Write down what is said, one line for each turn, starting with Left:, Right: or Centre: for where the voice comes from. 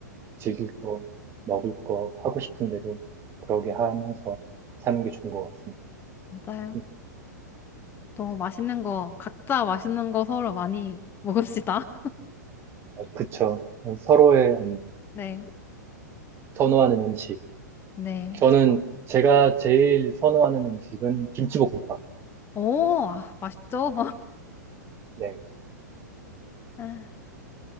Right: 즐길 거, 먹을 거, 하고 싶은 대로 그러게 하면서 사는 게 좋은 것 같습니다.
Left: 맞아요.
Right: 음,
Left: 또 맛있는 거, 각자 맛있는 거 서로 많이 먹읍시다.
Right: 어, 그쵸. 어, 서로의 음,
Left: 네,
Right: 선호하는 음식.
Left: 네,
Right: 저는
Left: 좋아.
Right: 제가 제일 선호하는 음식은 김치볶음밥.
Left: 오, 아, 맛있죠?
Right: 네.
Left: <laughs>